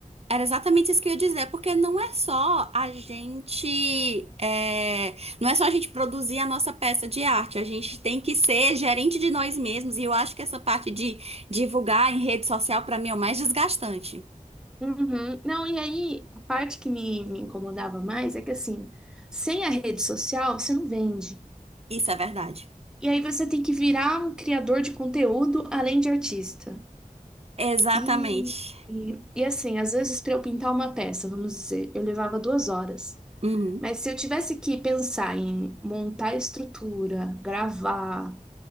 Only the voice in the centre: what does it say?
Uhum. Não, e aí, a parte que me, me incomodava mais é que, assim, sem a rede social, você não vende.
E aí você tem que virar um criador de conteúdo além de artista.
E, e, e assim, às vezes para eu pintar uma peça, vamos dizer, eu levava duas horas.
Mas se eu tivesse que pensar em montar a estrutura, gravar,